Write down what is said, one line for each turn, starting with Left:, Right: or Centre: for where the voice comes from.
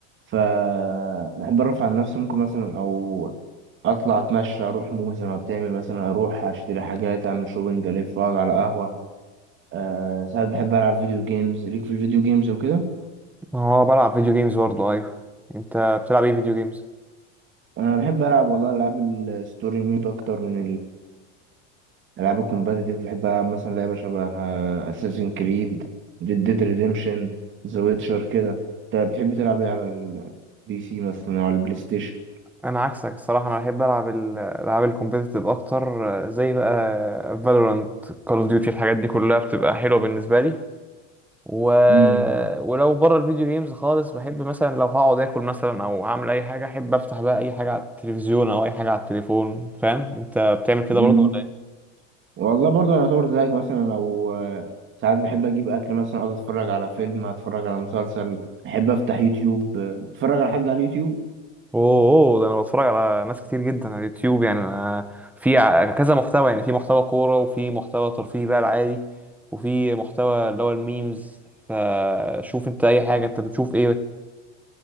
Right: ف بحب ارفع عن نفسي ممكن مثلا او اطلع اتمشى اروح مول زي ما بتعمل مثلا اروح اشتري حاجات اعمل شوبنج الف اقعد على قهوه أه ساعات بحب العب فيديو جيمز ليك في الفيديو جيمز وكده
Centre: هو بلعب فيديو جيمز برضه ايوه انت بتلعب ايه فيديو جيمز
Right: انا بحب العب والله العاب الستوري مود اكتر من العاب الكومباتيتيف بحب العب مثلا لعبه شبه اساسين كريد ديد ديد ريديمشن ذا ويتشر كده انت بتحب تلعب ايه على البي سي مثلا او على البلاي ستيشن
Centre: انا عكسك الصراحه انا بحب العب الالعاب الكومبيتيتيف اكتر آه، زي بقى فالورانت كول اوف ديوتي الحاجات دي كلها بتبقى حلوه بالنسبه لي و...
Right: امم
Centre: مم. ولو بره الفيديو جيمز خالص بحب مثلا لو هقعد اكل مثلا او هعمل اي حاجه احب افتح بقى اي حاجه على التلفزيون او اي حاجه على التليفون فاهم انت بتعمل كده
Right: امم
Centre: برضه
Right: والله برضه انا اعتبر زيك مثلا لو آه، ساعات بحب اجيب اكل مثلا اقعد اتفرج على فيلم اتفرج على مسلسل بحب افتح يوتيوب آه، اتفرج على حد على اليوتيوب
Centre: اوه ده انا بتفرج على ناس كتير جدا على اليوتيوب يعني انا في ع- كذا محتوى يعني في محتوى كورة وفي محتوى ترفيهي بقى العادي وفي محتوى اللي هو الميمز فشوف انت اي حاجة انت بتشوف ايه